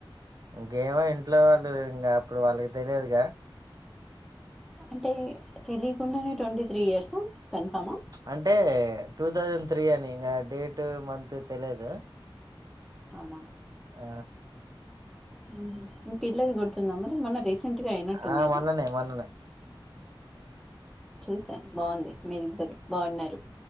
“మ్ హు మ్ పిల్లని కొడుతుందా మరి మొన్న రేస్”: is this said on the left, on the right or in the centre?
Centre